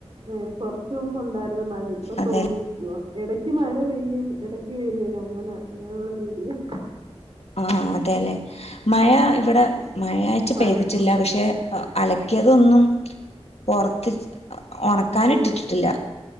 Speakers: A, on the right; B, on the left.
A: നേര കൊറച്ച് മുമ്പ് ഉണ്ടായിരുന്നു. മഴ ഇപ്പ
B: അതെ
A: തോർന്നിയിരിക്കുവാ. ഇടയ്ക്ക് മഴ പെയ്യും. ഇടക്ക് വെയിലും വരും അങ്ങനെ അങ്ങനെയുള്ള രീതിയാ.
B: ആഹ അതെല്ലെ. മഴ ഇവിടെ മഴയായിട്ട്
A: മഴക്കും
B: പെയ്തിട്ടില്ല. പക്ഷെ അലക്കിയതൊന്നും പുറത്ത് ഉണക്കൻ
A: ഉം
B: ഇട്ടിട്ടില്ല.